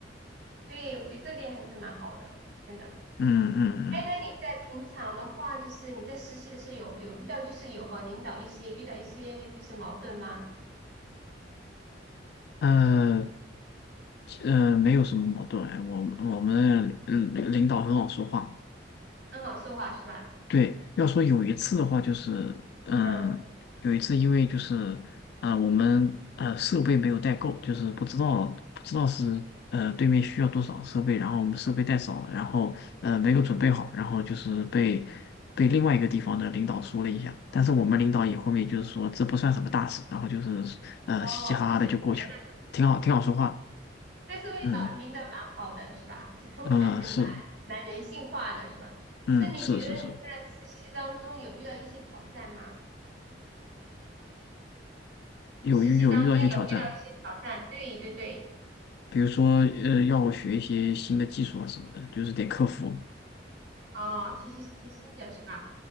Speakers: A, on the right; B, on the left.
A: 对，我觉得这点还是蛮好的，真的。
B: 嗯嗯嗯。
A: 哎，那你在平常的话，就是你在实习的时候有有遇到就是有和领导一些遇到一些就是矛盾吗？
B: 呃呃，没有什么矛盾。哎，我我们领领导很好说话。
A: 很好说话是吧？
B: 对，要说有一次的话，就是嗯，
A: 嗯。
B: 有一次因为就是啊、我们呃设备没有带够，就是不知道不知道是呃对面需要多少设备，然后我们设备带少了，然后呃没有准备好，然后就是被被另外一个地方的领导说了一下，但是我们领导也后面就是说这不算什么大事，然后就是呃嘻嘻哈哈的就过去，
A: 哦，就是比较那个，
B: 挺好挺好说话的
A: 但是会导领导蛮好的是吧？
B: 嗯。
A: 是通很很蛮蛮人性化的是吧？
B: 啊，是，嗯，
A: 那你觉得你在实习当中有遇到一些挑战吗？
B: 是是是，有遇有遇到一些挑战，
A: 实习当中有遇到一些挑战，对对对，
B: 比如说呃，要学一些新的技术啊什么的，就是得克服。
A: 哦，学习一些新的是吧？